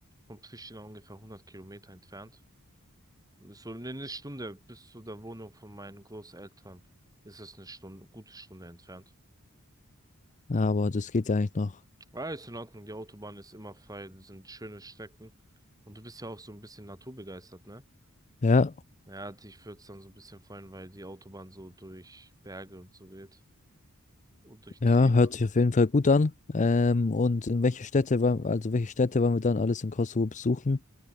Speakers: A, on the right; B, on the left.
A: von Pristina ungefähr 100 Kilometer entfernt. Und ist so eine Stunde bis zu der Wohnung von meinen Großeltern. Ist es eine Stunde, gute Stunde entfernt.
B: aber das geht ja eigentlich noch.
A: Ja, ist in Ordnung, die Autobahn ist immer frei, das sind schöne Strecken. Und du bist ja auch so ein bisschen naturbegeistert, ne?
B: Ja,
A: Ja, dich würde es dann so ein bisschen freuen, weil die Autobahn so durch Berge und so geht. Und durch
B: ja,
A: Täler.
B: hört sich auf jeden Fall gut an. Ähm, und in welche Städte wollen, also welche Städte wollen wir dann alles in Kosovo besuchen?